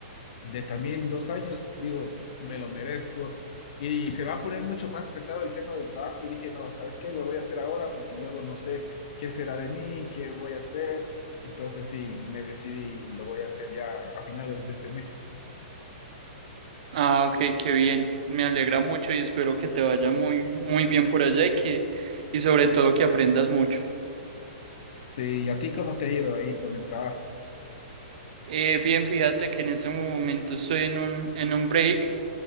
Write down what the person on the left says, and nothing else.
de también dos años, digo, me lo merezco. Y se va a poner mucho más pesado el tema del trabajo. Y dije, no, ¿sabes qué? Lo voy a hacer ahora porque luego no sé qué será de mí, qué voy a hacer. Entonces sí, me decidí y lo voy a hacer ya a finales de este mes.
Sí, ¿y a ti cómo te ha ido ahí con el trabajo?